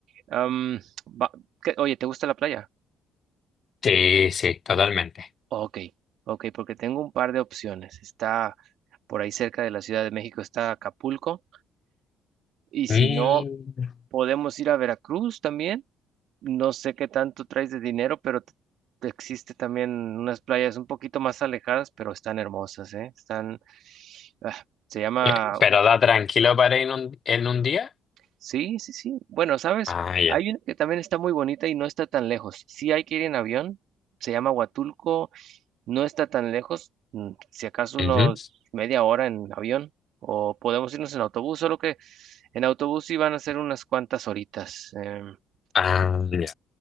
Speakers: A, on the right (about 60°); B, on the left (about 45°).
A: Am, va- ¿qué- oye, ¿te gusta la playa?
B: Sí, sí, totalmente.
A: Ok, ok, porque tengo un par de opciones. Está por ahí cerca de la Ciudad de México, está Acapulco. Y si
B: Mm.
A: no, podemos ir a Veracruz también. No sé qué tanto traes de dinero, pero t- existe también unas playas un poquito más alejadas, pero están hermosas, ¿eh? Están, ah, se llama,
B: Eh, Pero da tranquilo para ir un- en un día.
A: sí, sí, sí. Bueno, ¿sabes?
B: Ah, ya.
A: Hay una que también está muy bonita y no está tan lejos. Sí hay que ir en avión. Se llama Huatulco. No está tan lejos, mm, si acaso unos
B: Ujú.
A: media hora en avión, o podemos irnos en autobús, solo que en autobús sí van a ser unas cuantas horitas. em,
B: Ah, ya.